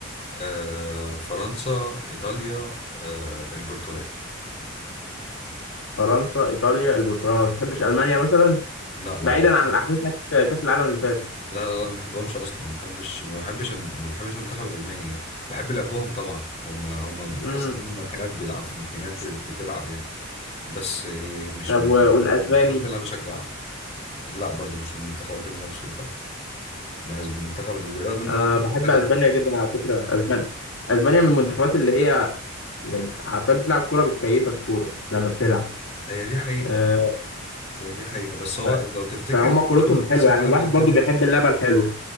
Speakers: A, on the left (about 30°); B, on the left (about 70°).
A: آه فرنسا ايطاليا آه البرتغال
B: فرنسا ايطاليا البرتغال ما بتحبش المانيا مثلا
A: لا لا
B: بعيدا
A: ما
B: عن
A: بحب-
B: الاحداث بتاعت كاس العالم اللي فات
A: لا لا لا ما بحبهمش اصلا ما بحبش ما بحبش الم- ما بحبش المنتخب الالماني يعني بحب لعبهم طبعا هم هم تحس
B: امم
A: ان هم ماكينات بيلعب ماكينات بتلعب يعني بس إيه، مش
B: طب
A: من
B: و-
A: من
B: والاسباني
A: المنتخبات اللي انا بشجعها لا برضو مش من المنتخبات اللي انا بشجعها الأسب- المنتخب الاسباني رغم ان
B: انا
A: هو كورته
B: بحب
A: حلوه
B: اسبانيا
A: برضه
B: جدا على فكره اسبانيا اسبانيا من المنتخبات اللي هي يعني عارفه بتلعب كوره بتكيفك كوره لما بتلعب
A: هي دي حقيقه
B: أه
A: هي دي حقيقه بس هو
B: ف-
A: لو تفتكر
B: فهم
A: في
B: كورتهم
A: بطوله كاس
B: حلوه
A: العالم
B: يعني الواحد
A: اللي فاتت
B: برضو بيحب
A: دي
B: اللعبه الحلوه